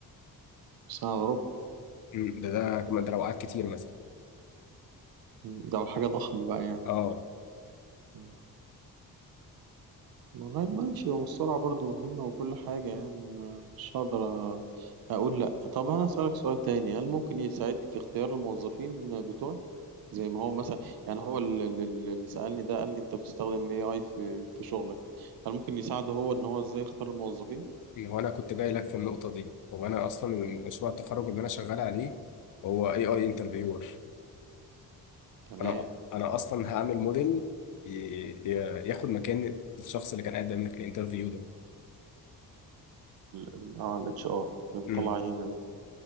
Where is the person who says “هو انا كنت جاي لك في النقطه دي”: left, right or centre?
Left